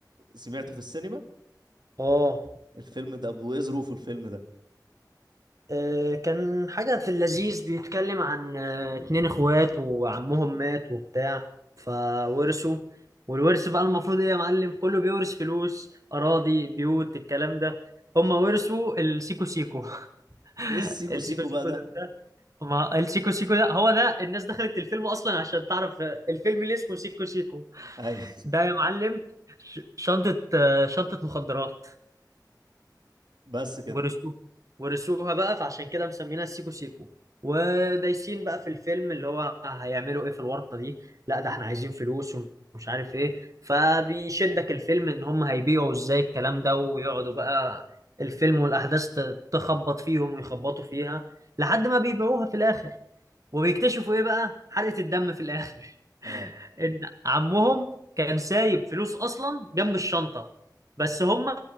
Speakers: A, on the right; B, on the right.
A: سمعته في السينما
B: اه
A: الفيلم ده وايه ظروفه الفيلم ده
B: آه، كان حاجة في اللذيذ بيتكلم عن آه، اتنين اخوات وعمهم مات وبتاع فورثوا والورث بقى المفروض ايه يا معلم كله بيورث فلوس اراضي بيوت الكلام ده هما ورثوا السيكو سيكو
A: ايه
B: <laughs>
A: السيكو
B: السيكو
A: سيكو
B: سيكو
A: بقى ده
B: ده ما السيكو سيكو ده هو ده الناس دخلت الفيلم اصلا عشان تعرف الفيلم اللي اسمه سيكو سيكو
A: ايوه
B: ده يا معلم ش- شنطة آه، شنطة مخدرات
A: <laughs> بس كده
B: ورثوها ورثوها بقى فعشان كده مسمينها سيكو سيكو ودايسين بقى في الفيلم اللي هو هيعملوا ايه في الورطة دي لا ده احنا عايزين فلوس ومش عارف ايه فبيشدك الفيلم ان هم هيبيعوا ازاي الكلام ده ويقعدوا بقى الفيلم والاحداث ت- تخبط فيهم ويخبطوا فيها لحد ما بيبيعوها في الاخر وبيكتشفوا ايه بقى حلقة الدم في الاخر <laughs>
A: اه
B: ان عمهم كان سايب فلوس اصلا جنب الشنطة بس هما